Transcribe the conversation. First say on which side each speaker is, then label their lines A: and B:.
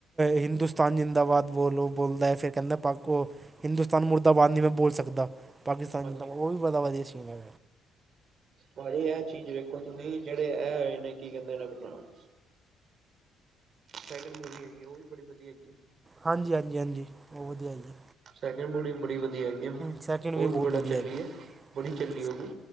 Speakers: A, on the right; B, on the right.
A: ਹਿੰਦੁਸਤਾਨ ਜ਼ਿੰਦਾਬਾਦ ਬੋਲੋ, ਬੋਲਦਾ ਏ, ਫੇਰ ਕਹਿੰਦਾ ਪਾਕ ਓ ਹਿੰਦੁਸਤਾਨ ਮੁੁਰਦਾਬਾਦ, ਨੀ ਮੈਂ ਬੋਲ ਸਕਦਾ। ਪਾਕਿਸਤਾਨ
B: ਹਾਂਜੀ
A: ਜਿਂਦਾ ਓ, ਵੀ ਬੜਾ ਵਧੀਆ ਸੀਨ ਏ।
B: ਭਾਜੀ ਐ ਚੀਜ਼ ਵੇਖੋ ਤੁਸੀ, ਜੇੜੇ ਐ ਹੋਏ ਨੇ ਕੀ ਕਹਿੰਦੇ ਨੇ ਅਪਣਾ ਸੈਕਿੰਡ ਮੂਵੀ ਹੈਗੀ ਏ, ਓ ਵੀ ਬੜੀ ਵਧੀਆ ਹੈਗੀ ਏ।
A: ਹਾਂਜੀ ਹਾਂਜੀ, ਹਾਂਜੀ, ਓ ਵਧੀਆ ਐਜੀ।
B: ਸੈਕਿੰਡ ਮੂੜੀ ਬੜੀ ਵਧੀਆ ਹੈਗੀ ਐ,
A: ਸੈਕਿੰਡ
B: ਔ ਵੀ
A: ਬਹੁਤ
B: ਬੜਾ
A: ਵਧੀਆ
B: ਚੱਲੀ
A: ਹੈਗੀ
B: ਏ, ਬੜੀ
A: ਹੂੰ
B: ਚੱਲੀ ਓਵੀ।